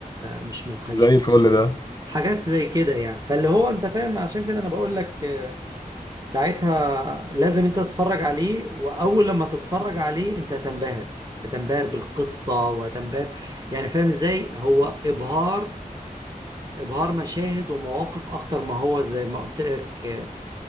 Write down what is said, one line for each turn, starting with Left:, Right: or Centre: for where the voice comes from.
Right: مش من الخيش
Left: زي الفل ده
Right: حاجات زي كده يعني فاللي هو انت فاهم عشان كده انا بقول لك ساعتها لازم انت تتفرج عليه واول لما تتفرج عليه انت هتنبهر هتنبهر بالقصة وهتنبهر يعني فاهم ازاي هو ابهار ابهار مشاهد ومواقف اكتر ما هو زي ما قلت لك